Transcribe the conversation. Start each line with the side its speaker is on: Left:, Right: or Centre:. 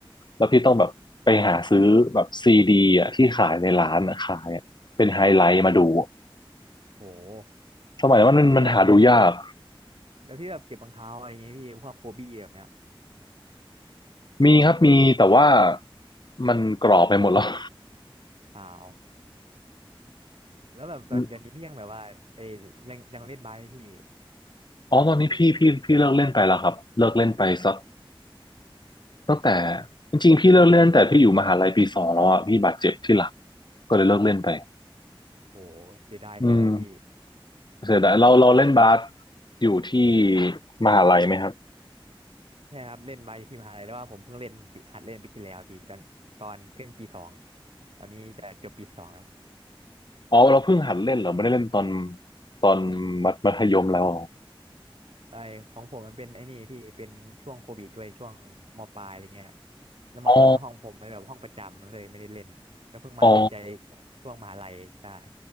Left: แล้วพี่ต้องแบบไปหาซื้อแบบซีดีอ่ะที่ขายในร้านอะขายอะเป็นไฮไลท์มาดู
Right: โห
Left: สมัยนั้นมันมันหาดูยาก
Right: แล้วพี่แบบแล้วพี่แบบเก็บรองเท้าอะไรอย่างเงี้ยพี่พวกโคบี้แบบเนี้ย
Left: มีครับมีแต่ว่ามันกรอบไปหมดแล้ว
Right: อ้าวแล้วแบบตอนเดี๋ยวนี้พี่ยังแบบว่าเอ้ยยังยังเล่นบาสไหมพี่
Left: <laughs> อ๋อตอนนี้พี่พี่พี่เลิกเล่นไปแล้วครับเลิกเล่นไปสัก ตั้งแต่จริงๆพี่เลิกเล่นแต่พี่อยู่มหาลัยปีสองแล้วอ่ะพี่บาดเจ็บที่หลังก็เลยเลิกเล่นไป
Right: โหเสียดายแทนเลยพี่
Left: อืมเสียดายเราเราเล่นบาสอยู่ที่มหาลัยไหมครับ
Right: ใช่ครับเล่นบาสอยู่ที่มหาลัยแต่ว่าผมเพิ่งเล่นปีหัดเล่นปีที่แล้วพี่ตอนตอนขึ้นปีสองตอนนี้จะจบปีสองแล้ว
Left: อ๋อเราเพิ่งหัดเล่นเหรอไม่ได้เล่นตอนตอนมัธมัธยมแล้ว
Right: ไอของผมมันเป็นไอ้นี่พี่เป็นช่วงโควิดด้วยช่วงมปลายอะไรเงี้ยแล้วมต้นห้องผมเป็นแบบห้องประจำมันเลยไม่ได้เล่นแล้วเพิ่งมาสนใจ
Left: อ๋ออ๋อ
Right: ช่วงมหาลัยใช่